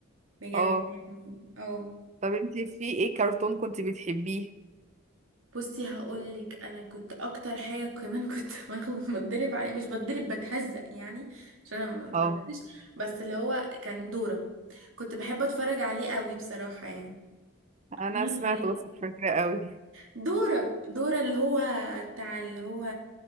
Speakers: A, on the right; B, on the right.
A: بجد
B: اه
A: يعني اه
B: طب انتي في ايه كرتون كنت بتحبيه
A: بصي هقولك انا كنت اكتر حاجه كمان كنت <laughs> باخد بتدرب عليه مش بتدرب بتهزق يعني عشان انا ما اتدربتش
B: اه
A: بس اللي هو كان دوره كنت بحب اتفرج عليه قوي بصراحه يعني
B: انا
A: وانا
B: سمعته
A: صغيره
B: بس مش فاكرة قوي
A: دوره دوره اللي هو بتاع اللي هو